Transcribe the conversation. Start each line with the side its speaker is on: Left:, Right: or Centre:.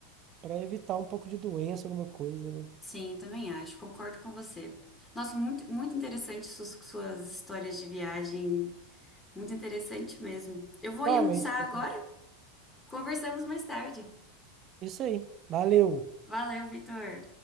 Right: para evitar um pouco de doença, alguma coisa, né?
Left: Sim, também acho, concordo com você. Nossa, muito, muito interessante suas, suas histórias de viagem, muito interessante mesmo. Eu vou
Right: Realmente.
Left: ir almoçar agora, conversamos mais tarde.
Right: Isso aí. Valeu.
Left: Valeu, Vitor.